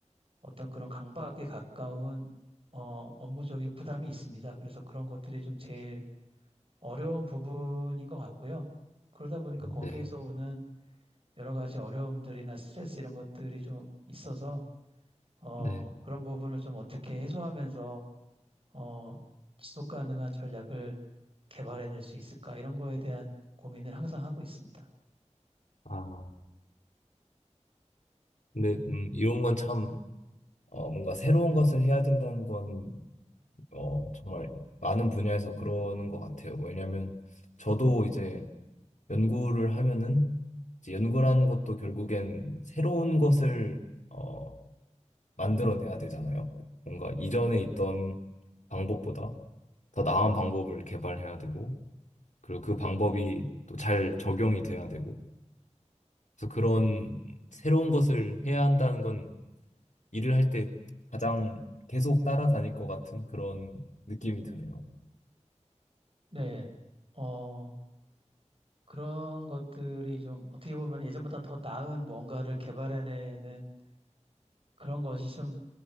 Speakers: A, on the right (about 50°); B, on the left (about 80°).
A: 어떤 그런 강박에 가까운 어, 업무적인 부담이 있습니다. 그래서 그런 것들이 좀 제일 어려운 부분인 것 같고요. 그러다 보니까 거기에서
B: 네,
A: 오는 여러 가지 어려움들이나 스트레스 이런 것들이 좀 있어서 어,
B: 네,
A: 그런 부분을 좀 어떻게 해소하면서 어, 지속 가능한 전략을 개발해낼 수 있을까? 이런 거에 대한 고민을 항상 하고 있습니다.
B: 아, 근데 음, 이런 건 참 어, 뭔가 새로운 것을 해야 된다는 건 어, 정말 많은 분야에서 그러는 것 같아요. 왜냐면 저도 이제 연구를 하면은 이제 연구라는 것도 결국엔 새로운 것을 어, 만들어내야 되잖아요. 뭔가 이전에 있던 방법보다 더 나은 방법을 개발해야 되고, 그리고 그 방법이 또 잘 적용이 돼야 되고. 그래서 그런 새로운 것을 해야 한다는 건 일을 할 때 가장 계속 따라다닐 것 같은 그런 느낌이 드네요.
A: 네. 어, 그런 것들이 좀 어떻게 보면 예전보다 더 나은 뭔가를 개발해내는 그런 것이 좀